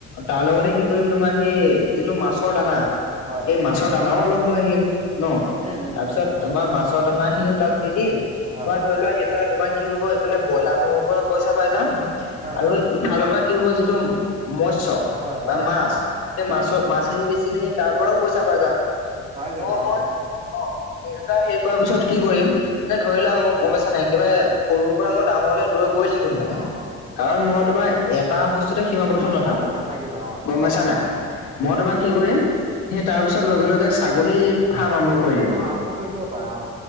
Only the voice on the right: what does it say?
হয়
উম উম
হয়
হয়
হয়।
হয়
অ
পাই যাবা
অ
অ
অ
নাথাকিবা অ
উম
অ
আৰম্ভ কৰি দিব পাৰা অ